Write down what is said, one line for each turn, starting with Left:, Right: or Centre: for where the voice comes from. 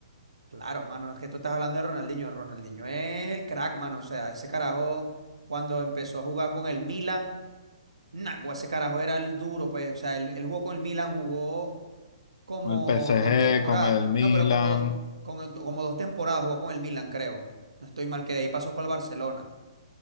Right: Claro, mano. Es que tú estás hablando de Ronaldinho. Ronaldinho es el crack, mano. O sea, ese carajo, cuando empezó a jugar con el Milan. Nagua, ese carajo era el duro, pues. O sea, él, él jugó con el Milan, jugó como
Left: con el PSG,
Right: dos temporadas.
Left: con el Milan.
Right: No, pero como dos, con- eh, como dos temporadas jugó con el Milan, creo. No estoy mal, que de ahí pasó para el Barcelona.